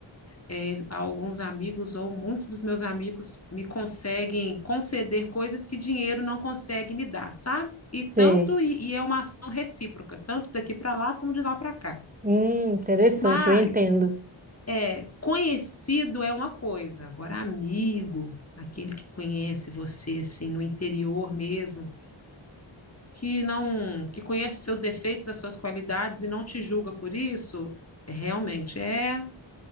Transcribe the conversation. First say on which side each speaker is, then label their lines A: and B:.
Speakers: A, on the left; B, on the right.
A: é, alguns amigos ou muitos dos meus amigos me conseguem conceder coisas que dinheiro não consegue me dar, sabe? E tanto
B: Sei.
A: e, e é uma ação recíproca, tanto daqui para lá como de lá para cá.
B: Hum, interessante,
A: Mas
B: eu entendo.
A: é conhecido é uma coisa, agora amigo, aquele que conhece você assim no interior mesmo, que não que conhece os seus defeitos, as suas qualidades e não te julga por isso, realmente é